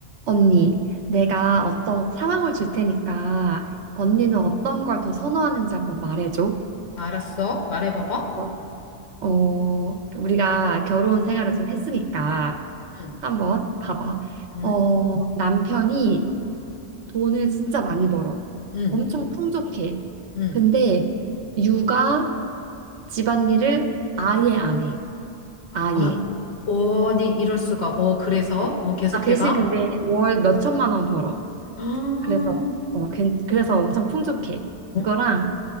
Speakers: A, on the right; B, on the left.
A: 언니, 내가 어떤 상황을 줄 테니까 언니는 어떤 걸 더 선호하는지 한번 말해줘.
B: 알았어. 말해봐봐.
A: 어, 어, 우리가 결혼 생활을 좀 했으니까
B: 응,
A: 한번 봐봐.
B: 응,
A: 어, 남편이 돈을 진짜 많이 벌어.
B: 응,
A: 엄청 풍족해.
B: 응.
A: 근데 육아, 집안일을 아예 안 해. 아예.
B: 아, 어니 이럴 수가. 어, 그래서?
A: 어,
B: 어, 계속해봐.
A: 아, 대신 근데 월 몇천만 원 벌어.
B: 아,
A: 그래서, 어, 괜- 그래서 엄청 풍족해.
B: 어,
A: 그거랑